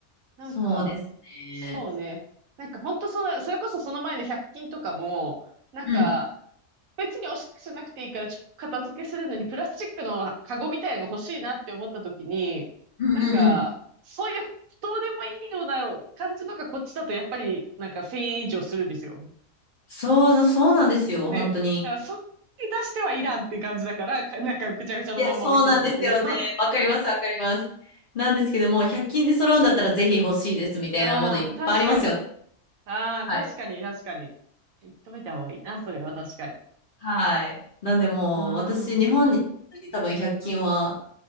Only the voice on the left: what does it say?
そうですね。
うん。
うんうんうん。
そう、そうなんですよ、
本当に。
いや、そうなんですよね。
わかります、わかります。なんですけども、100均で揃うんだったらぜひ欲しいですみたいなものいっぱいありますよね。
はい。
はい。なんでもう、
私、日本に多分100均は